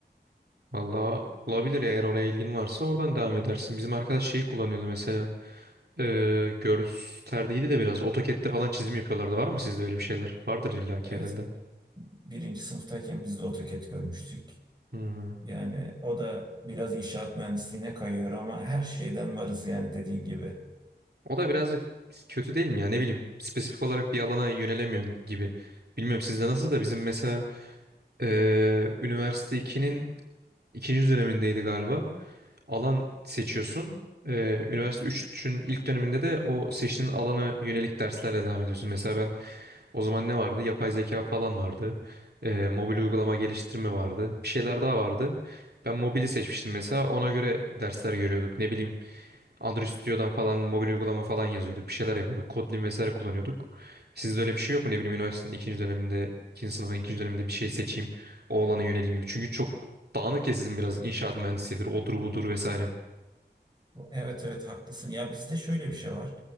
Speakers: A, on the right; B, on the right.
A: Valla olabilir eğer oraya ilgin varsa oradan devam edersin. Bizim arkadaş şeyi kullanıyordu mesela. Ee, gösterdiydi de biraz. AutoCAD'de falan çizim yapıyorlardı. Var mı sizde öyle bir şeyler? Vardır illaki
B: Evet,
A: herhalde.
B: birinci sınıftayken biz de AutoCAD görmüştük.
A: Hmm.
B: Yani o da biraz inşaat mühendisliğine kayıyor ama her şeyden varız yani dediğin gibi.
A: O da birazcık kötü değil mi ya ne bileyim. Spesifik olarak bir alana yönelemiyorsun gibi. Bilmiyorum sizde nasıl da bizim mesela ee, üniversite 2'nin ikinci dönemindeydi galiba. alan seçiyorsun. Ee, üniversite 3'ün ilk döneminde de o seçtiğin alana yönelik derslerle devam ediyorsun. Mesela ben o zaman ne vardı? Yapay zeka falan vardı. Ee, mobil uygulama geliştirme vardı. Bir şeyler daha vardı. Ben mobili seçmiştim mesela. Ona göre dersler görüyorduk. Ne bileyim Android Studio'dan falan mobil uygulama falan yazıyorduk. Bir şeyler yapıyorduk. Kotlin vesaire kullanıyorduk. Sizde öyle bir şey yok mu? Ne bileyim üniversitenin ikinci döneminde, ikinci sınıfın ikinci döneminde bir şey seçeyim. O alana yöneleyim gibi. Çünkü çok dağınık ya sizin biraz inşaat mühendisidir, odur budur vesaire.
B: Evet evet haklısın. Ya bizde şöyle bir şey var.